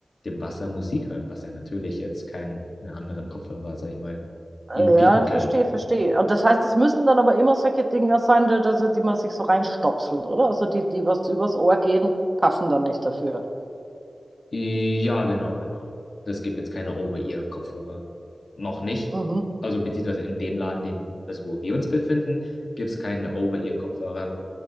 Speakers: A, on the left; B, on the right.
A: dem Wasser Musik hören, was ja natürlich jetzt keine anderen Kopfhörer, sag ich mal,
B: Ja,
A: ihnen bieten
B: verstehe,
A: können.
B: verstehe. Und das heißt, es müssen dann aber immer solche Dinger sein, die, also die man sich so reinstopselt, oder? Also die, die was übers Ohr gehen, passen dann nicht dafür.
A: Ja, genau, genau. Es gibt jetzt keine Over-Ear-Kopfhörer. Noch nicht.
B: Mhm,
A: Also beziehungsweise in dem Laden, den, also wo wir uns befinden, gibt es keine Over-Ear-Kopfhörer.